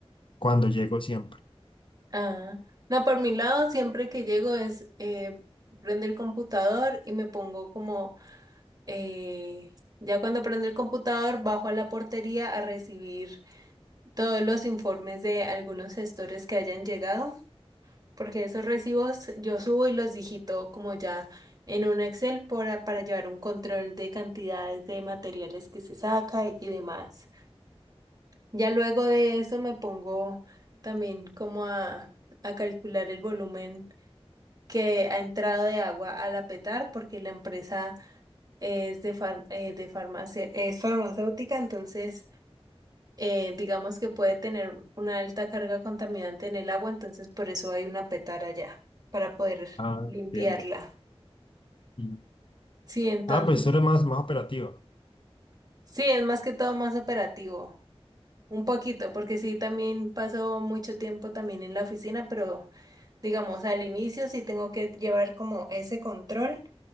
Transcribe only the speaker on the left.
cuando llego siempre.
Ah,
entiendo. Y-
Ah, pues tú eres más, más operativa.